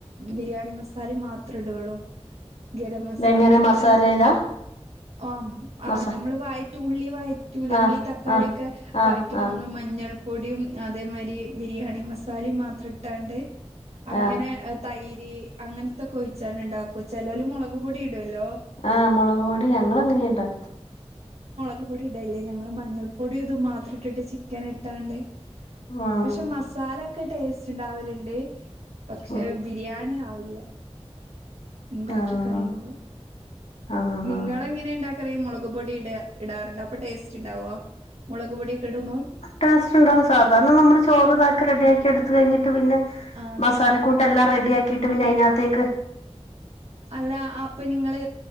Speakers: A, on the right; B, on the left.
A: ബിരിയാണി മസാലിം മാത്രടൊള്ളു ഗരംമസ
B: ഇതെങ്ങനെ
A: അങ്ങൻത്തേ
B: മസാലേലാ
A: ആം ആഹ്
B: മസ
A: ഞ മ്മള് വയറ്റൂ ഉള്ളി വയറ്റൂലെ
B: ആഹ്
A: ഉള്ളിം തക്കാളിയൊക്കെ
B: ആഹ് ആഹ്
A: വയറ്റുമ്പൊന്ന്
B: ആഹ്
A: മ ഞ്ഞൾപൊടിം അതേമായ്രി ബിരിയാണി മസാലിം മാത്രം ഇട്ടാണ്ട് അങ്ങനെ
B: ആഹ്
A: തൈര് അങ്ങൻത്തൊക്കൊഴിച്ചാണ്ട് ഇണ്ടാക്കോ ചെലോല് മുളക്പൊടി ഇടൊല്ലോ
B: ആഹ് മുളകു പൊടി ഞങ്ങളങ്ങനെ ഇണ്ടാ
A: ക്പൊടി ഇടേല്ല്യ ഞങ്ങള് മഞ്ഞൾപ്പൊടിയും ഇതും മാത്രം ഇട്ടിട്ട് ചിക്കനിട്ടാണ്ട്
B: ആഹ്
A: പഷേ മസാലക്കെ ടേസ്റ്റ് ഉണ്ടാവല്ണ്ട് പക്ഷെ
B: ഉം
A: ബിരിയാണി ആവില്ല ഇണ്ടാക്കി
B: ആഹ്
A: കഴിയുമ്പോ
B: ആഹ്
A: നിങ്ങളെങ്ങനെ
B: ആഹ്
A: ഇണ്ടാക്കല് മുളക്പൊടി ഇടാ ഇടാറുണ്ടൊ അപ്പൊ ടേസ്റ്റ് ഇണ്ടാവോ മുളക്പൊടിയൊക്കെ ഇടുമോൾ
B: ടേസ്റ്റ് ഇണ്ടാവും സാധാരണ നമ്മള് ചോറ് ഇതാക്ക റെഡിയാക്കി എടുത്ത് കഴിഞ്ഞിട്ട് പിന്നെ
A: ആ അത്
B: മസാലക്കൂട്ടെല്ലാം
A: ശരി
B: റെഡി ആക്കിട്ട്
A: ഉം
B: പിന്നെ അയിനകത്തേക്ക്
A: ഉം അല്ല ആപ്പം നിങ്ങള്